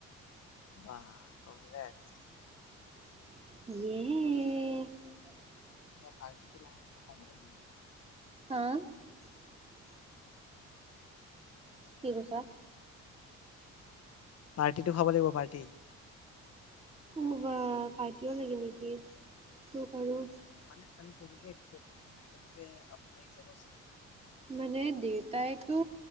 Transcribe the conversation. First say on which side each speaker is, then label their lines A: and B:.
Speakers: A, on the left; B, on the right.
A: অ কঙগ্ৰেছ
B: ইএ
A: এতিয়া পাৰ্টিটো লাহে খাব লাগিব
B: অ কি কৈছা
A: পাৰ্টিটো খাব লাগিব পাৰ্টি
B: উ বা পাৰ্টিও লাগে নেকি তোক আৰু
A: মানে মানে কেনেকে মানে একচেপ্ট কেনেকে আপোন লাগিছে ক চোন
B: মানে দেউতাইতো